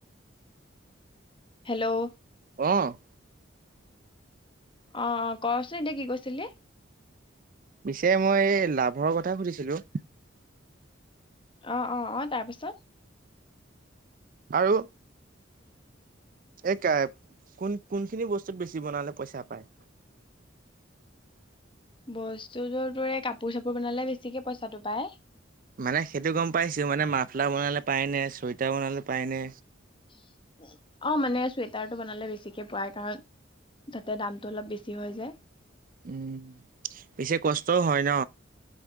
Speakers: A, on the left; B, on the right.
A: হেল্ল',
B: অ',
A: অ, অ, কচোন এতিয়া কি কৈছিলি?
B: পিছে মই এই লাভৰ কথা সুধিছিলো?
A: অ, অ, অ, তাৰ পিছত।
B: আৰু এই কা কোন-কোনখিনি বস্তুত বেছি বনালে পইচা পায়?
A: বস্তুটো তোৰ কাপোৰ-চাপোৰ বনালে বেছিকে পইচাটো পায়।
B: মানে সেইটো গম পাইছো। মানে মাফলা বনালে পায় নে? চুৱেটাৰ বনালে পায় নে?
A: <inaudible> অ, মানে চুৱেটাৰটো বনালে বেছিকে পাই। কাৰণ তাতে দামতটো অলপ বেছি হৈযে।
B: উম, পিছে কষ্টও হয় ন?